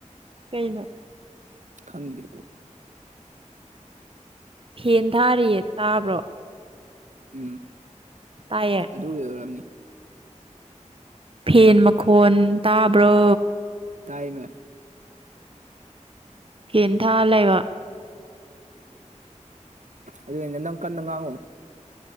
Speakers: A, on the right; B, on the right.
A: ꯀꯩꯅꯣ
B: ꯈꯪꯗꯦ
A: ꯐꯦꯟ ꯊꯥꯔꯤꯌꯦ ꯇꯥꯕ꯭ꯔꯣ
B: ꯎꯝ
A: ꯇꯥꯏꯌꯦ
B: ꯑꯗꯨꯒꯤ ꯑꯣꯏꯔꯝꯅꯤ
A: ꯐꯦꯟ ꯃꯈꯣꯟ ꯇꯥꯕ꯭ꯔꯣ
B: ꯇꯥꯢꯃꯤ
A: ꯐꯦꯟ ꯊꯥ ꯂꯩꯕ
B: ꯑꯗꯨ ꯅꯪ ꯀꯟꯅ ꯉꯥꯡꯉꯣ